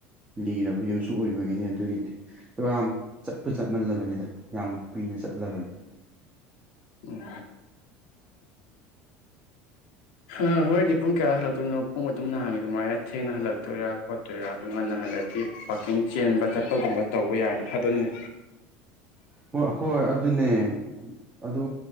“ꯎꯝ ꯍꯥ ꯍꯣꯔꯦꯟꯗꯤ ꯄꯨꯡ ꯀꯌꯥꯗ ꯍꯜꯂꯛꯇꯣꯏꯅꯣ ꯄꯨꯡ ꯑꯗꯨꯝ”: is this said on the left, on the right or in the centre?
Left